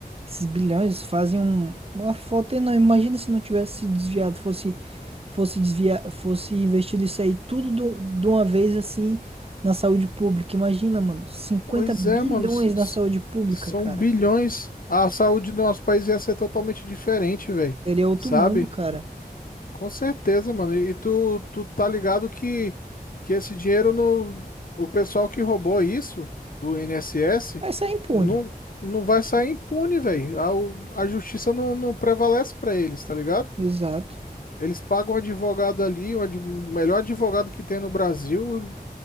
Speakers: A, on the right; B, on the left.
A: esses bilhões fazem um- uma falta enorme. Imagina se não tivesse se desviado, fosse, fosse desviar, fosse investido isso aí tudo do- de uma vez assim na saúde pública. Imagina, mano, cinquenta
B: Pois
A: bilhões
B: é, mano. s- s-
A: na saúde pública,
B: São
A: cara.
B: bilhões. A saúde do nosso país ia ser totalmente diferente, velho.
A: Seria outro
B: Sabe?
A: mundo, cara.
B: Com certeza, mano. E e tu, tu tá ligado que, que esse dinheiro no. O pessoal que roubou isso do INSS
A: Vai sair impune.
B: não, não vai sair impune, velho. A, o- a justiça não, não prevalece pra eles, tá ligado?
A: Exato.
B: Eles pagam um advogado ali, o adv- o melhor advogado que tem no Brasil.